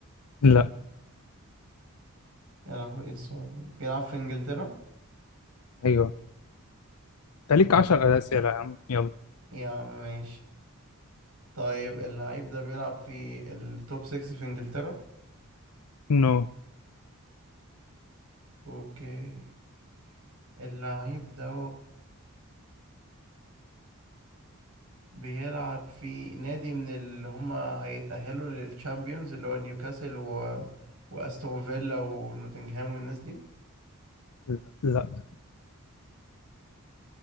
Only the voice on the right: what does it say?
يا لهوي ايه الصعوبة دي؟ بيلعب في إنجلترا
مم.
يا عم ماشي طيب اللعيب ده بيلعب في التوب 6 في إنجلترا
اوكي اللعيب ده بيلعب في نادي من اللي هما هيتأهلوا للتشامبيونز اللي هو نيوكاسل و... وأستون فيلا ونوتنغهام والناس دي